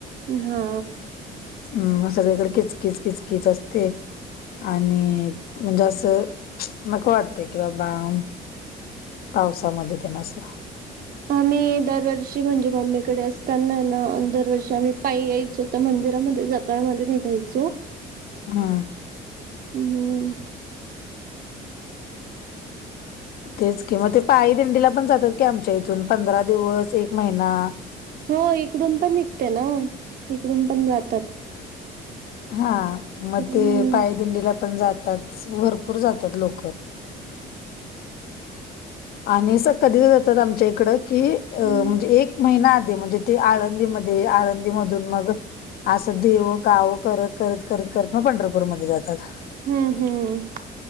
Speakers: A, on the right; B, on the left.
A: हा.
B: हम् सगळीकडे किचकीच किचकीच असते. आणि म्हणजे असं नको वाटतय किंवा बाम पावसामध्ये त्यांन असं.
A: आम्ही दरवर्षी म्हणजे मम्मीकडे असताना ना? दरवर्षी आम्ही पायी यायचो. तर मंदिरामध्ये जकाळ मध्ये निघायचो.
B: हा.
A: हम.
B: तेच किं मग ते पायी दिंडीला पण जातात की आमच्या इथून पंधरा दिवस एक महिना.
A: हो इकडून पण निघते ना? इकडून पण जातात.
B: हा मग
A: हम्म
B: ते पायदिंडीला पण जातात भरपूर जातात लोक. आणि असं कधीच जातात आमच्या इकडं की अ
A: हम्म
B: म्हणजे एक महिना आधी म्हणजे ते आळंदीमध्ये, आळंदी मधून मग. असं देहुगाव करत, करत, करत, करत मग पंढरपूरमध्येध्ये जातात.
A: हम्म हम्म.